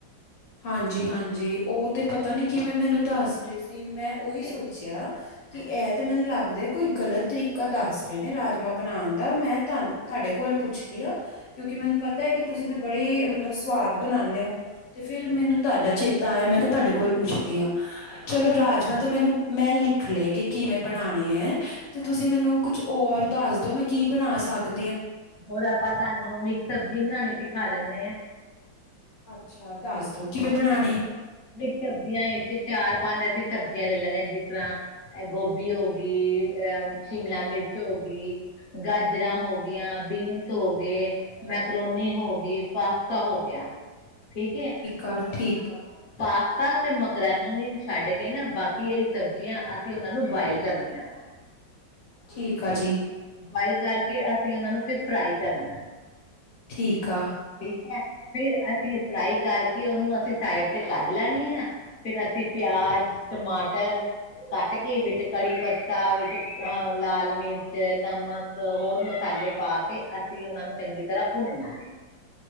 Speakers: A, on the left (about 65°); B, on the left (about 40°).
A: ਹਾਂਜੀ ਹਾਂਜੀ, ਉਹ ਤੇ
B: ਹਾਂਜੀ
A: ਪਤਾ ਨੀ ਕਿਵੇਂ ਮੈਨੂੰ ਦੱਸ ਰਹੀ ਸੀ, ਮੈਂ ਉਹੀ
B: ਨਹੀਂ,
A: ਸੋਚਿਆ,
B: ਨਹੀਂ,
A: ਕਿ
B: ਹਾਂਜੀ
A: ਇਹ ਤੇ ਮੈਨੂੰ ਲੱਗਦਾ, ਕੋਈ ਗ਼ਲਤ ਤਰੀਕਾ ਦੱਸ ਰਹੇ ਨੇ ਰਾਜਮਾ ਬਣਾਉਣ ਦਾ, ਮੈਂ ਤੁਹਾਡੇ ਕੋਲ ਪੁੱਛ। ਕਿਉਂਕਿ
B: ਹਾਂਜੀ
A: ਮੈਨੂੰ ਪਤਾ ਹੈ, ਕਿ ਤੁਸੀਂ ਤਾਂ ਬੜੇ ਮਤਲਬ ਸਵਾਦ ਬਣਾਉਂਦੇ ਹੋ। ਤੇ ਫੇਰ
B: ਠੀਕ
A: ਮੈਨੂੰ
B: ਹੈ,
A: ਤੁਹਾਡਾ ਚੇਤਾ ਆਇਆ, ਮੈਂ ਕਿਹਾ ਤੁਹਾਡੇ ਕੋਲ ਪੁੱਛਦੀ ਹਾਂ,
B: ਵਧੀਆ
A: ਚਲੋ
B: ਕੀਤਾ
A: ਰਾਜਮਾ
B: ਤੁਸੀਂ
A: ਤੇ ਮੈਨੂੰ ਮੈਂ ਲਿਖ ਲਏ, ਕਿ ਕਿਵੇਂ ਬਣਾਉਣੇ ਹੈ, ਤੇ
B: ਹਾਂਜੀ।
A: ਤੁਸੀਂ ਮੈਨੂੰ ਕੁਛ ਹੋਰ ਦੱਸ ਦੋ, ਮੈਂ ਕੀ ਬਣਾ ਸਕਦੀ ਹਾਂ।
B: ਹੋਰ ਆਪਾਂ ਤੁਹਾਨੂੰ, ਮਿਕਸ ਸਬਜ਼ੀ ਬਣਾਉਣੀ ਸਿਖਾ ਦਿੰਦੇ ਹਾਂ।
A: ਅੱਛਾ ਦੱਸ ਦਿਓ। ਕਿਵੇਂ ਬਣਾਣੇ
B: ਮਿਕਸ ਸਬਜ਼ੀਆਂ ਵਿੱਚ, ਚਾਰ-ਪੰਜ ਅਸੀਂ ਸਬਜ਼ੀਆਂ ਲੈ ਲੈਦੇ ਹਾਂ, ਜਿਸ ਤਰ੍ਹਾਂ ਗੋਭੀ ਹੋ ਗਈ, ਅਹ ਸ਼ਿਮਲਾ ਮਿਰਚ ਹੋ ਗਈ। ਗਾਜਰਾਂ ਹੋ ਗਈਆ, ਬੀਨਸ ਹੋ ਗਏ। ਮੈਕਰੋਨੀ ਹੋ ਗਈ, ਪਾਸਤਾ ਹੋ ਗਿਆ, ਠੀਕ ਏ।
A: ਆ ਠੀਕ ਆ
B: ਪਾਸਤਾ ਤੇ ਮਕਰੋਨੀ ਨੂੰ ਨ ਛੱਡ ਕੇ ਨਾ, ਬਾਕੀ ਜਿਹੜੀ ਸਬਜ਼ੀਆਂ ਅਸੀਂ ਉਹਨਾਂ ਨੂੰ ਬੋਇਲ। <unintelligible>
A: ਠੀਕ ਆ ਜੀ।
B: ਬੋਇਲ ਕਰਕੇ, ਅਸੀਂ ਉਹਨਾ ਨੂੰ ਫਿਰ ਫਰਾਈ ਕਰਨਾ।
A: ਠੀਕ ਆ।
B: ਠੀਕ ਹੈ, ਫਿਰ ਅਸੀਂ ਫਰਾਈ ਕਰਕੇ, ਉਹਨੂੰ ਅਸੀਂ ਸਾਈਡ ਤੇ ਕੱਢ ਲੈਣੀ ਆ। ਫਿਰ ਅਸੀਂ ਪਿਆਜ, ਟਮਾਟਰ। ਕੱਟ ਕੇ, ਵਿੱਚ ਕੜੀ ਪੱਤਾ, ਵਿੱਚ ਅਹ ਲਾਲ ਮਿਰਚ, ਨਮਕ। ਅ ਹੋਰ ਮਸਾਲੇ ਪਾ ਕੇ, ਅਸੀਂ ਉਹਨਾਂ ਨੂੰ ਚੰਗੀ ਤਰ੍ਹਾਂ ਭੁੰਨਨਾ ਹੈ।